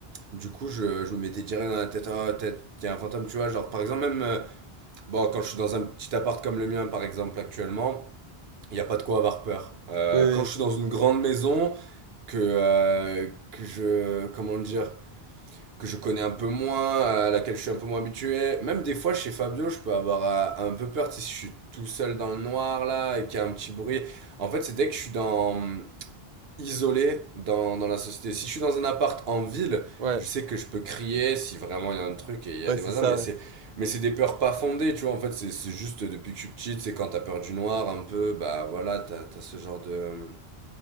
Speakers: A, on the right; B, on the right.
A: du coup, je, je me mettais direct dans la tête, ah, tête, il y a un fantôme, tu vois, genre par exemple même. euh, Bon, quand je suis dans un petit appart comme le mien, par exemple, actuellement, il n'y a pas de quoi avoir peur. Euh,
B: Oui, oui,
A: quand je suis dans une grande maison que euh, que je comment dire que je connais un peu moins, à laquelle je suis un peu moins habitué, même des fois chez Fabio, je peux avoir euh, un peu peur tu sais, si je suis tout seul dans le noir là et qu'il y a un petit bruit. En fait, c'est dès que je suis dans isolé dans, dans la société. Si je suis dans un appart en ville,
B: ouais,
A: je sais que je peux crier si vraiment il y a un truc et il y
B: ouais,
A: a des
B: c'est
A: voisins,
B: ça.
A: mais c'est mais c'est des peurs pas fondées, tu vois. En fait, c'est c'est juste depuis que je suis petite, c'est quand t'as peur du noir un peu, bah voilà, t'as t'as ce genre de.